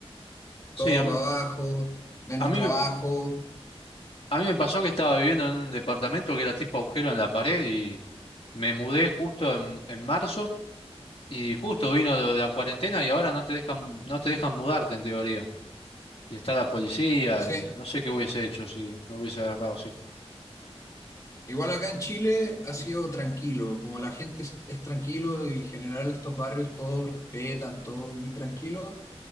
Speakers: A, on the left (about 60°); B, on the left (about 30°).
A: Sí,
B: todo
A: a mí,
B: para abajo, menos
A: a mí,
B: trabajo.
A: me- a mí me pasó que estaba viviendo en un departamento que era tipo agujero en la pared y me mudé justo en, en marzo y justo vino lo de la cuarentena y ahora no te dejan, no te dejan mudarte en teoría. Y está la policía
B: Sí,
A: y no sé qué hubiese hecho si me hubiese agarrado así.
B: Igual acá en Chile ha sido tranquilo, como la gente es, es tranquilo y en general estos barrios todos respetan, todo muy tranquilo,